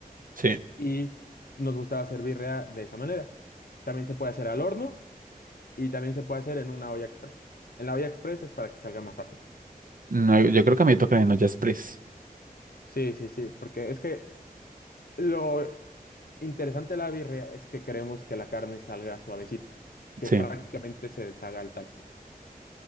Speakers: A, on the right (about 65°); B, on the left (about 80°).
A: sí.
B: y nos gustaba hacer birria de esa manera. También se puede hacer al horno y también se puede hacer en una olla express. En la olla express es para que salga más rápido.
A: No, yo creo que a mí me toca en Olla Express.
B: Sí, sí, sí, porque es que lo interesante de la birria es que queremos que la carne salga suavecita, que
A: Sí.
B: prácticamente se deshaga al tacto.